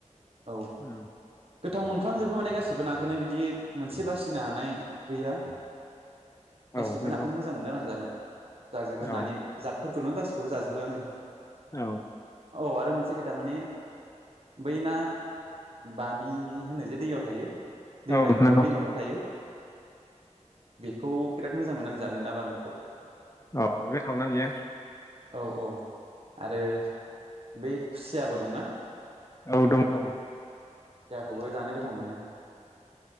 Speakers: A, on the right; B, on the left.
A: औ
B: उम
A: गोथाव मोनफ्रामजोबो माने गासिबो नाखोनो बिदि मोनसे बासिनो हानाय गैया।
B: औ
A: गासिबो
B: नंगौ
A: नाखोनो मोजां मोनो आरो आं जानो। जाजोबो
B: औ
A: नानि जादफोर खौनो गासिखोबो जाजोबो आङो।
B: औ
A: औ आरो मोनसे खोथा माने बै ना बामि होनो जे दैयाव थायो दैमा
B: औ
A: माबायाव
B: नंगौ
A: दैमाफ्राव थायो। बेखौ बिराद मोजांमोन आं जानो ना बामिखौ।
B: अ गोथावना बियो?
A: औ औ आरो बै खुसियाबो दंना।
B: औ दं दङ।
A: खुसियाखौबो जानो गोथाव मोनो